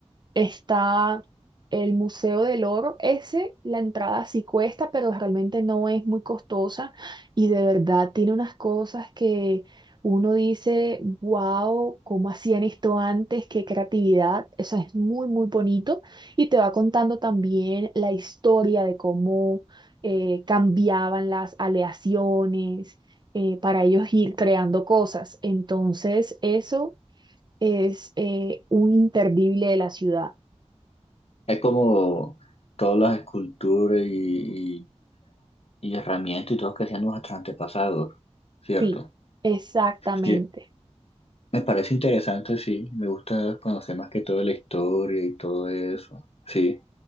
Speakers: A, on the right; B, on the left.
A: Está el Museo del Oro. Ese, la entrada sí cuesta, pero realmente no es muy costosa y de verdad tiene unas cosas que uno dice, wow, ¿cómo hacían esto antes? Qué creatividad. Eso es muy, muy bonito. Y te va contando también la historia de cómo eh, cambiaban las aleaciones eh, para ellos ir creando cosas. Entonces, eso es eh, un imperdible de la ciudad.
B: Es como todas las esculturas y, y- y herramientas y todo que hacían nuestros antepasados, ¿cierto?
A: Sí, exactamente.
B: Sí, me parece interesante, sí, me gusta conocer más que todo la historia y todo eso. Sí,